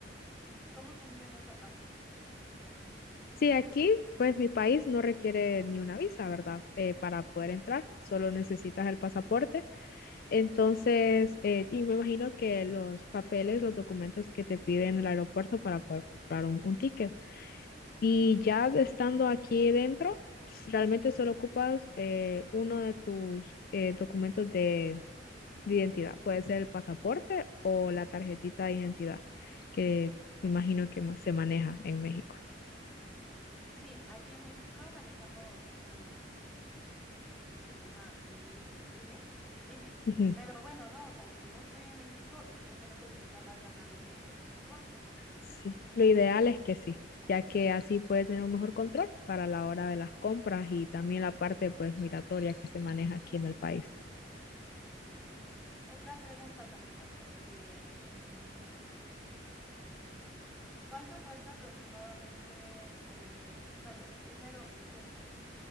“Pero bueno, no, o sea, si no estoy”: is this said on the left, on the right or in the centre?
Centre